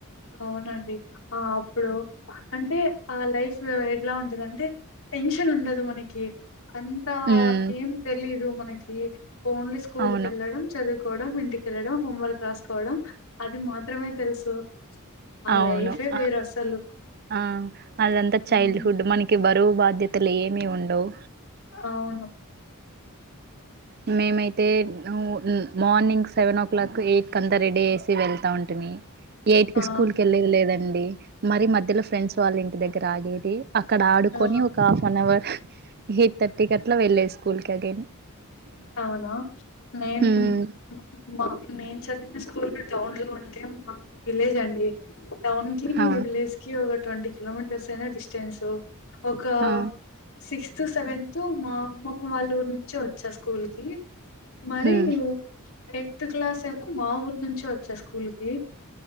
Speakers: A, on the left; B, on the right.
A: అవునండి ఆ అప్పుడు అంటే ఆ లైఫ్ ఎట్లా ఉంటదంటే టెన్షన్ ఉండదు మనకి. అంతా
B: హ్మ్
A: ఏం తెలియదు మ నకీ ఓన్లీ స్కూల్కెళ్ళడం
B: అవును
A: చదువు కోవడం, ఇంటికెళ్ళడం, హోంవర్క్ రాసుకోవడం, అది మాత్రమే తెలుసు. ఆ
B: అవును
A: లైఫే వేరసలు.
B: అ ఆ అదంతా చైల్డ్
A: హ్మ్
B: హుడ్ మనకి బరువు బాధ్యతలు ఏమి ఉండవు.
A: అవును
B: హ మేమైతే no hmm morning seven o'clock eight కి అంతా రెడీ వేసి వెళ్తా ఉంటుంది ఎయిట్ కి
A: ఆ
B: స్కూల్ కి వెళ్ళ లేదండి మరి మధ్యలో ఫ్రెండ్స్ వాళ్ళ ఇంటి దగ్గర ఆగేది అక్కడ ఆడుకొని
A: ఆ
B: ఒక half an hour eight thirty కి అట్లా వెళ్లేది స్కూల్ కి అగైన్
A: అవునా నేను
B: హ్మ్
A: మ్మ నేను చదివిన స్కూల్ టౌన్ లో ఉంటే మా విలేజ్ అండి టౌన్ కి
B: హా
A: విలేజ్ కి ఒక ట్వంటీ కిలోమీటర్స్ ఏనా డిస్టెన్సు ఒక
B: హా
A: సిక్స్ స్ సెవెంత్ మా అమ్మమ్మ వాళ్ళ ఊరు నుంచి వచ్చేసు కూల్ కి మరీ
B: హ్మ్
A: ఎయిత్ క్లాస్ ఏమో మా ఊరు నుంచే వచ్చా స్కూల్ కి